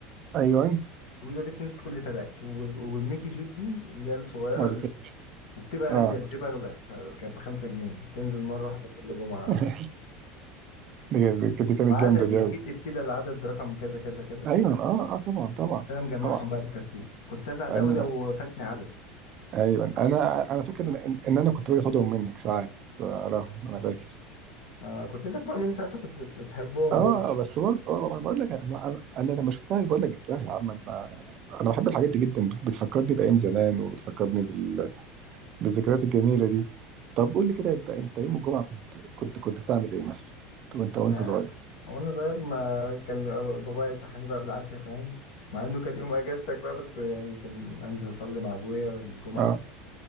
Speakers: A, on the right; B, on the left.
A: ايوه
B: الطويلة دي بتنزل كل تلات و- والميكي جيب دي اللي هي الصغيرة
A: مرتين
B: ال- وبتبقى
A: اه
B: غالية الجيب اغلى كانت بخمسة جنيه تنزل مرة واحدة كل جمعة
A: <laughs> دي دي- دي كانت
B: وعددي
A: جامدة دي
B: كتب
A: أوي.
B: كده العدد رقم كذا كذا كذا
A: ايوه اه اه طبعا طبعا
B: كنت انا مجمعهم
A: طبعا
B: بقى بالترتيب كنت ازعل
A: أنا
B: قوي لو فاتني عدد
A: ايوه انا انا فاكر ان ان انا كنت باجي اخدهم منك ساعات آه، اراهم انا فاكر
B: آه كنت انت اكبر مني ساعتها كنت بت- بتحبهم
A: اه
B: برضه
A: بس برضه اه انا بقول لك انا انا أنا لما شفتها بقول لك جبتها يا عم انا انا بحب الحاجات دي جدا بتفكرني بايام زمان وبتفكرني بال... بالذكريات الجميله دي طب قول لي كده انت انت يوم الجمعه كنت كنت كنت بتعمل ايه مثلا وانت وانت
B: انا
A: صغير
B: وانا صغير ما كان بابايا يصحاني بقى بالعافيه فاهم مع انه كان يوم اجازتك بقى بس يعني كان انزل اصلي مع ابويا الجمعه
A: اه